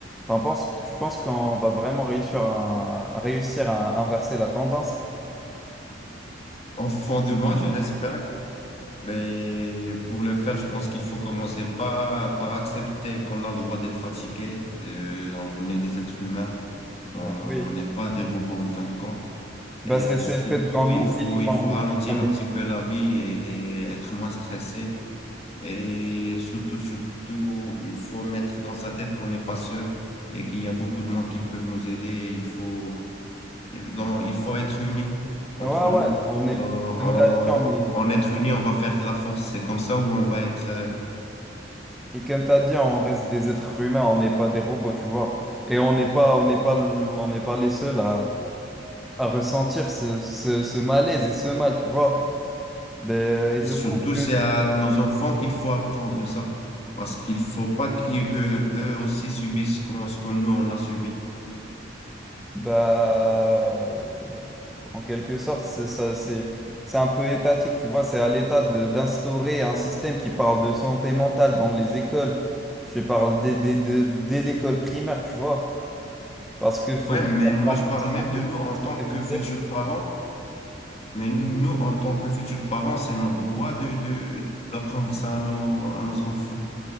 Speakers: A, in the centre; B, on the left (about 35°).
A: t'en penses, tu penses qu'on va vraiment réussir à, réussir à inverser la tendance?
B: Au fond de moi, je l'espère, mais pour le faire, je pense qu'il faut commencer par, par accepter qu'on a le droit d'être fatigué. Euh, on est des êtres humains, on
A: Bah oui.
B: n'est pas des robots en fin de compte.
A: Bah
B: Et
A: c'est c'est
B: surtout,
A: le fait qu'on
B: il
A: oublie,
B: faut,
A: tu vois,
B: il faut
A: on
B: ralentir
A: oublie qu'on
B: un
A: est.
B: petit peu la vie et, et être moins stressé. Et surtout, surtout, il faut mettre dans sa tête qu'on n'est pas seul et qu'il y a beaucoup de monde qui peuvent nous aider. Il faut il, donc, il faut être unis entre
A: Ouais, ouais,
B: nous.
A: on est.
B: Et euh, en,
A: Comme t'as dit, on est.
B: en être unis, on va faire de la force. C'est comme ça où on va être. euh,
A: Et comme t'as dit, on reste des êtres humains, on n'est pas des robots, tu vois. Et on n'est pas, on n'est pas, on n'est pas les seuls à, à ressentir ce, ce, ce malaise et ce mal, tu vois. Ben, et je
B: et surtout,
A: trouve
B: c'est
A: que
B: à nos enfants qu'il faut apprendre ça. Parce qu'il faut pas qu'ils, que eux aussi subissent ce qu'on- ce que nous, on a subi.
A: Bah, en quelque sorte, c'est ça, c'est, c'est un peu étatique, tu vois. C'est à l'État de- d'instaurer un système qui parle de santé mentale dans les écoles. Je parle dès, dès, dès- dès l'école primaire, tu vois. Parce qu'il faut
B: Ouais,
A: vraiment
B: mais moi,
A: prendre
B: je
A: en
B: parle
A: compte
B: même de nous en
A: la
B: tant
A: santé
B: que
A: mentale.
B: futurs parents. Mais nous, en tant que futurs parents, c'est notre droit de, de, d'apprendre ça à nos, à nos enfants.